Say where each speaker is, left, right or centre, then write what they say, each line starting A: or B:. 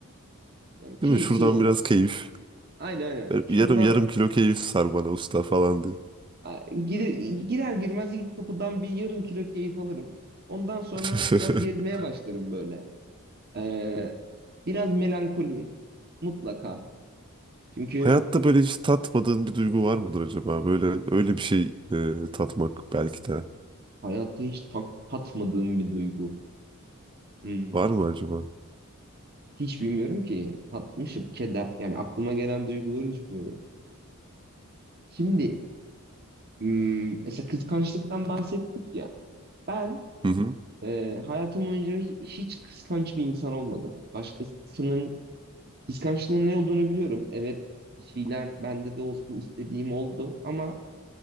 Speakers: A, on the right; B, on the right.
A: Yani keyifsiz
B: Değil mi? Şuradan
A: olmaz.
B: biraz keyif.
A: Aynen aynen.
B: Ver-
A: Şuradan
B: Yarım yarım kilo keyif sar bana usta falan diye.
A: a, girer, girer girmez ilk kapıdan bir yarım kilo keyif alırım. Ondan sonra
B: <laughs>
A: biraz gezmeye başlarım böyle. E, biraz melankoli, Mutlaka. Çünkü
B: Hayatta böyle hiç tatmadığın bir duygu var mıdır acaba? Böyle öyle bir şey e, tatmak belki de.
A: hayatta hiç tak, tatmadığım bir duygu. Hmm.
B: Var mı acaba?
A: Hiç bilmiyorum ki tatmışım. Keder. Yani aklıma gelen duyguları düşünüyorum. Şimdi hmm, mesela kıskançlıktan bahsettik ya. Ben
B: Hı hı.
A: e, hayatım boyunca hi- hiç kıskanç bir insan olmadım. Başkasının kıskançlığın ne olduğunu biliyorum. Evet bir şeyler bende de olsun istediğim oldu ama